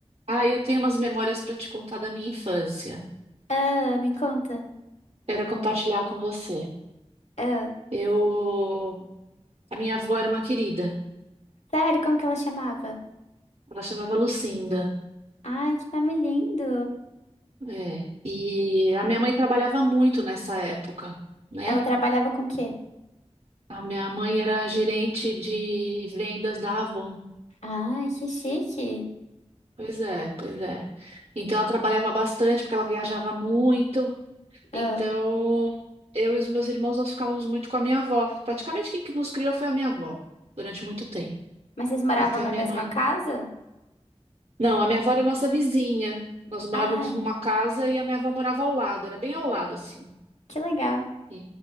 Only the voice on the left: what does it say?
Ah, me conta.
Ah,
sério, como que ela chamava?
Ai, que nome lindo.
Ela trabalhava com o quê?
Ai, que chique.
Ah,
mas vocês moravam
na
mesma
casa?
Ai,
que legal.